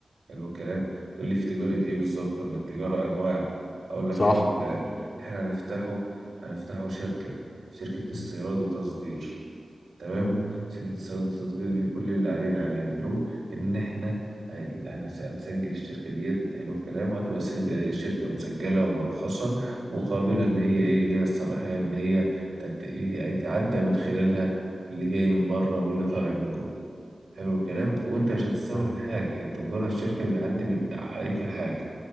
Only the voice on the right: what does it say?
حلو الكلام تقول لي في تجارة ايه بالظبط طب ما التجارة انواع اقول لك
حلو الكلام احنا هنفتحه هنفتحه شركة شركة استيراد
وتصدير تمام
شركة استيراد وتصدير دي كل اللي علينا هنعملوه ان احنا هن- هنسجل الشركة ديت حلو الكلام وهتبقى سج- شركة مسجلة ومرخصة وقابلة
ان هي ايه ليها الصلاحية ان هي تت- إيه، يعني تعدى من خلالها اللي جاي من بره واللي طالع من جوه حلو الكلام وانت مش هتستورد
حاجة انت مجرد شركة بتعدي من عليك الحاجة